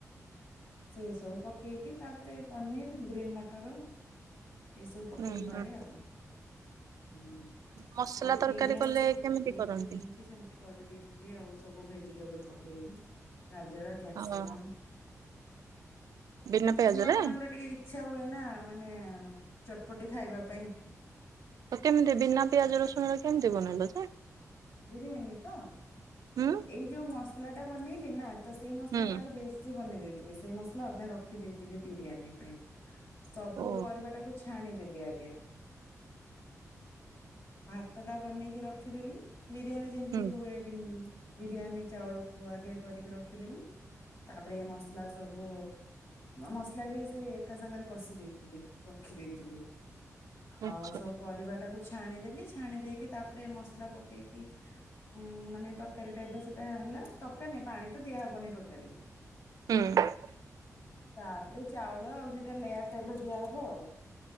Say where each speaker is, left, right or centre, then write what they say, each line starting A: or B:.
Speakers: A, on the left (about 50°); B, on the right (about 80°).
A: ସେଇ ସବୁ ପକେଇକି ତାପରେ ପନିର୍ ଗ୍ରୀନ୍ ମଟର। ଏସବୁ ପକେଇି
B: ହୁଁ
A: କରେ
B: ହୁଁ
A: ଆଉ। ହଁ
B: ମସଲା
A: ଆଉ
B: ତରକାରୀ
A: ବିରିୟାନୀ
B: କଲେ
A: ବି ସେମତି
B: କେମିତି
A: ଭେଜ
B: କରନ୍ତି?
A: ବିରିୟାନୀ ବି ସେମ ସେମତି କରିଦେଇଥିଲି ଆଉ ସବୁ ଭେଜିଟେବୁଲ ପକେଇକି। ଗାଜର କ୍ୟାପ୍ସିକମ୍।
B: ହଁ ବିନା ପିଆଜରେ
A: ଛୁଆ ମାନଙ୍କର ଟିକେ ଇଛା ହୁଏ ନା ମାନେ ଚଟପଟି ଖାଇବା ପାଇଁ।
B: ତ କେମିତି ବିନା ପିଆଜ ରସୁଣରେ କେମିତି ବନେଇଲ ଯେ।
A: ବିରିୟାନୀ ତ
B: ହୁଁ
A: ଏଇ ଯୋଉ ମସଲା ଟା ବନେଇଲି ନା। ତ ସେଇ ମସଲା
B: ହୁଁ
A: ଟାକୁ ବେଶୀ ବନେଇ ଦେଇଥିଲି ସେଇ ମସଲା ଅଧା ରଖି ଦେଇେଇଥିଲି ବିରିୟାନୀ ପାଇଁ। ସବୁ
B: ଓ
A: ପରିବାଟାକୁ ଛାଣି ଦେଲି ଆଗେ ଭାତ ଟା ବନେଇକି ରଖିଦେଲି। ବିରିୟାନୀ ଯେମିତି
B: ହୁଁ
A: ହୁଏ ବି ବିରିୟାନୀ ଚାଉଳକୁ ଆଗେ କରିକି ରଖିଦେଲି ତାପରେ ମସଲା ସବୁ। ମସଲା ବି ସେ ଏକା ସାଙ୍ଗରେ କଷି ଦେଇଥିଲି ରଖି ଦେଇଥିଲି।
B: ଆଚ୍ଛା
A: ଆଉ ସବୁ ପରିବା ଟାକୁ ଛାଣିଦେଲି ଛାଣି ଦେଇକି ତାପରେ ମସଲା ପ କେଇକି ଉ ମାନେ ତରକାରୀ ଟାଇପରେ ସେଟା ହେଲା ତରକାରୀ ନାଇ ପାଣି ତ ଦିଆହବନି ଟୋଟାଲି।
B: ହୁଁ।
A: ତାପରେ ଚାଉଳ ଆଉ ସେଟା ଲେୟାର ଟାଇପରେ ଦିଆହବ ଆଉ।